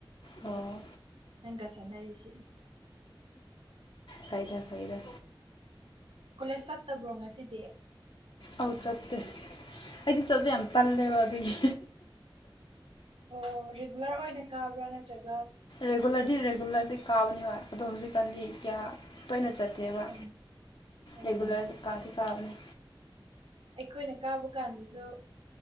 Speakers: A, on the right; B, on the left.
A: ꯑꯗꯨꯒꯤ
B: ꯑꯣ
A: ꯅꯪꯒ ꯁꯥꯟꯅꯔꯤꯁꯤ
B: ꯐꯥꯏꯗ ꯐꯥꯏꯗ
A: ꯀꯣꯂꯦꯖ ꯆꯠꯇꯕ꯭ꯔꯣ ꯉꯁꯤꯗꯤ
B: ꯑꯧ ꯆꯠꯇꯦ ꯑꯩꯗꯤ ꯆꯠꯄꯦ ꯌꯥꯝ ꯇꯜꯂꯦꯕ ꯑꯗꯨꯒꯤ
A: ꯑꯣ ꯔꯤꯒꯨꯂꯔ ꯑꯣꯏꯅ ꯀꯥꯕ꯭ꯔꯥ ꯅꯠꯇ꯭ꯔꯒ
B: ꯔꯦꯒꯨꯂꯔꯗꯤ ꯔꯦꯒꯨꯂꯔꯗꯤ ꯀꯥꯕꯅꯤ ꯍ ꯑꯗꯣ ꯍꯧꯖꯤꯛꯀꯥꯟꯗꯤ ꯀꯌꯥ ꯇꯣꯏꯅ ꯆꯠꯦ ꯑꯗꯨꯕ
A: ꯎꯝ ꯑꯣ
B: ꯔꯦꯒꯨꯂꯔ ꯀꯥꯗ ꯀꯥꯕꯅꯤ
A: ꯑꯩꯈꯣꯏꯅ ꯀꯥꯕ ꯀꯥꯟꯗꯁꯨ